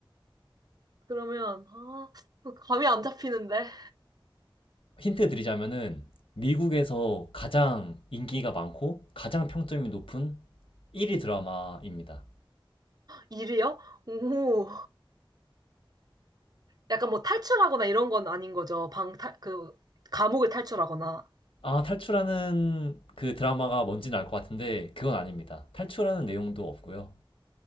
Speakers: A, on the right; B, on the left.
A: 그러면, 아, 그 감이 안 잡히는데.
B: 힌트 드리자면은, 미국에서 가장 인기가 많고, 가장 평점이 높은 1위 드라마입니다.
A: 일위요 오, 약간 뭐 탈출하거나 이런 건 아닌 거죠. 방, 탈, 그, 감옥을 탈출하거나.
B: 아, 탈출하는 그 드라마가 뭔지는 알 것 같은데, 그건 아닙니다. 탈출하는 내용도 없고요.